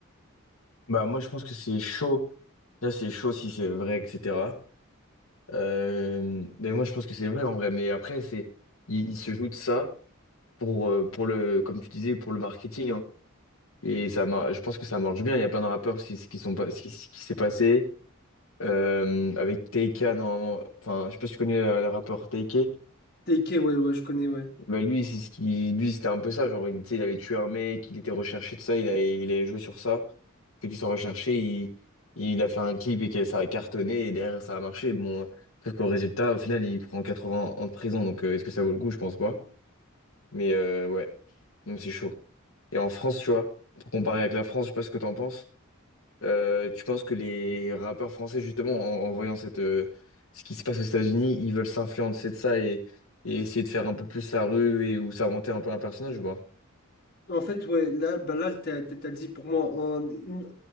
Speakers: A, on the left (about 75°); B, on the left (about 45°).
A: Bah, moi, je pense que c'est chaud. Là, c'est chaud si c'est vrai, etc. Euh, mais moi, je pense que c'est vrai en vrai. Mais après, c'est, il, il se joue de ça. pour, euh, pour le, comme tu disais, pour le marketing. hein. Et ça, mar- je pense que ça marche bien. Il y a plein de rappeurs, c'est ce qui sont pas, ce qui qui s'est passé. Euh, avec Taika, normalement, enfin, je sais pas si tu connais euh, le, rappeur Taika.
B: TK, ouais, ouais, je connais, ouais.
A: Bah, lui, c'est ce qui, lui, c'était un peu ça. Genre, il, tu sais, il avait tué un mec, il était recherché de ça, il avait, il avait joué sur ça. Fait qu'il soit recherché, il, il a fait un clip et que ça a cartonné et derrière ça a marché. Bon, sauf qu'au résultat, au final, il prend 80 ans de prison. Donc, euh, est-ce que ça vaut le coup? Je pense pas. Mais euh, ouais, donc c'est chaud. Et en France, tu vois, pour comparer avec la France, je sais pas ce que t'en penses. euh, tu penses que les rappeurs français, justement, en, en voyant cette, euh, ce qui se passe aux États-Unis, ils veulent s'influencer de ça et, et essayer de faire un peu plus la rue et ou s'inventer un peu un personnage ou pas?
B: En fait, ouais, là, bah là, t'as, t'as- t'as dit pour moi, un- une-